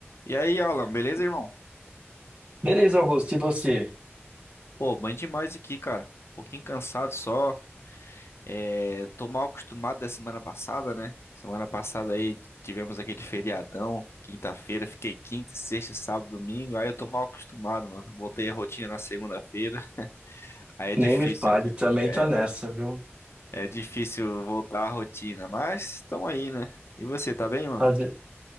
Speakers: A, on the left; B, on the right.
A: E aí, Alan, beleza, irmão?
B: Beleza, Augusto, e você?
A: Pô, bem demais aqui, cara. Um pouquinho cansado só. É, tô mal acostumado da semana passada, né? Semana passada aí tivemos aquele feriadão, quinta-feira, fiquei quinta, sexta, sábado, domingo. Aí eu tô mal acostumado, mano. Voltei a rotina na segunda-feira. <laughs> Aí é
B: Nem
A: difícil,
B: me fale,
A: cara.
B: também
A: é,
B: tô nessa, viu?
A: é difícil voltar à rotina, mas tamo aí, né? E você, tá bem, mano?
B: Fazer,